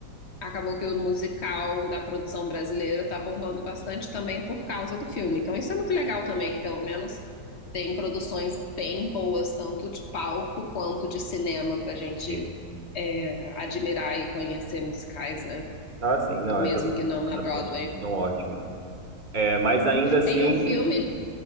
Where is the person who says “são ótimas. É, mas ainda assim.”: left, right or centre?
Right